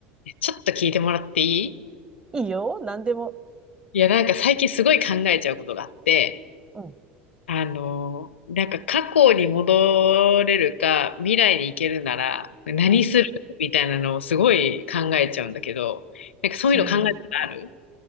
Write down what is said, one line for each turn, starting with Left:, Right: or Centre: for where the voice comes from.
Left: えちょっと聞いてもらっていい
Right: いいよ、何でも。
Left: いや、なんか最近すごい考えちゃうことがあって、
Right: うん、
Left: あの、なんか過去に戻れるか、未来に行けるなら何するみたいなのをすごい考えちゃうんだけど、
Right: うん。
Left: なんかそういうの考えたことある
Right: そう。